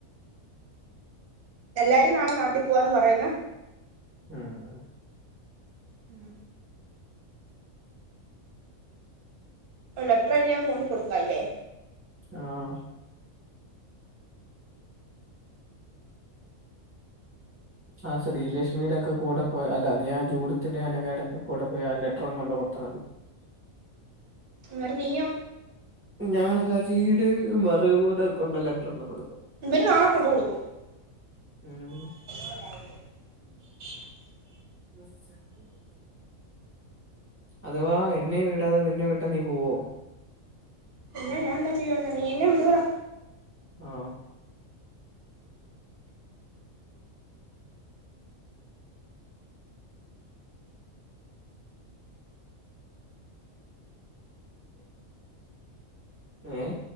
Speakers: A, on the right; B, on the right.
A: എല്ലാരും നാളെ നാട്ടിൽ പോവാന്ന് പറയുന്ന
B: ആ ആ
A: ഉം ഒരു ലെറ്റർ എഴുതി അങ്ങ് കൊണ്ട് കൊടുക്കാല്ലേ
B: ആഹ് ആ ശ്രീലക്ഷ്മിയുടെ ഒക്കെ കൂടെ പൊ എ അല്ലാ നീയാ ജൂഡത്തിന്റെ <unintelligible> ലെറ്ററങ് കൊണ്ട് കൊടുത്താതി
A: ങ്ങര് നീയൊ
B: ഞാൻ ഹരി ടെ മർവാടെ കൊണ്ട് ലെറ്റർ കൊണ്ട് കൊടുക്കും
A: ഇവന് നാളെ കൊണ്ട് കൊടുക്കും <inaudible>
B: ഉം
A: ഉ
B: <unintelligible> അഥവാ എന്നെ വിടാതെ നിന്നെ വിട്ടാ നീ പോവോ
A: പിന്നെ ഞാൻന്താ ചെയ്യന്നാ നീ എന്നെ വിടൂടാ
B: ആ ഏ